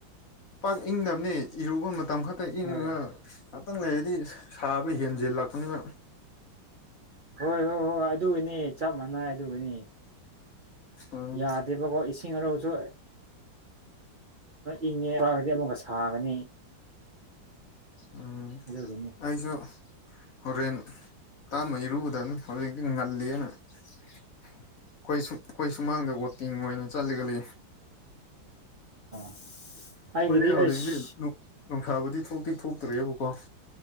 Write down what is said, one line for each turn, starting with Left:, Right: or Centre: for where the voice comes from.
Left: ꯄꯥꯛ ꯏꯪꯅꯕꯅꯦ ꯏꯔꯨ ꯑꯩꯈꯣꯏ ꯃꯇꯝ ꯈꯛꯇ ꯏꯪꯉꯒ
Right: ꯍꯣꯏ
Left: ꯉꯍꯥꯛꯇꯪ ꯂꯩꯔꯗꯤ ꯁꯥꯕ ꯍꯦꯟꯖꯦꯜꯂꯛꯄꯅꯤꯅ
Right: ꯍꯣꯏ ꯍꯣꯏ ꯍꯣꯏ ꯑꯗꯨꯒꯤꯅꯤ ꯆꯞ ꯃꯥꯟꯅꯩ ꯑꯗꯨꯒꯤꯅꯤ
Left: ꯎꯝ
Right: ꯌꯥꯗꯦꯕꯀꯣ ꯏꯁꯤꯡ ꯑꯔꯨꯁꯨ ꯏꯪꯉꯦ ꯍꯥꯏꯔꯒꯗꯤ ꯑꯃꯨꯛꯀ ꯁꯥꯒꯅꯤ
Left: ꯎꯝ
Right: ꯑꯗꯨꯒꯤꯅꯤ
Left: ꯑꯩꯁꯨꯣ ꯍꯣꯔꯦꯟ ꯇꯥꯃ ꯏꯔꯨꯕꯗ ꯑꯗꯨꯝ ꯍꯧꯖꯤꯛꯇꯤ ꯉꯜꯂꯤꯅ ꯑꯩꯈꯣꯏ ꯁ ꯑꯩꯈꯣꯏ ꯁꯨꯃꯥꯡꯗ ꯋꯀꯤꯡ ꯑꯣꯏꯅ ꯆꯠꯂꯒ ꯂꯩ
Right: <unintelligible>
Left: ꯑꯩꯈꯣꯏꯗꯤ ꯍꯧꯖꯤꯛꯁꯤꯦ
Right: ꯑꯩꯁ
Left: ꯅꯨꯡꯁꯥꯕꯨꯗꯤ ꯊꯣꯛꯇꯤ ꯊꯣꯛꯇ꯭ꯔꯦꯕꯀꯣ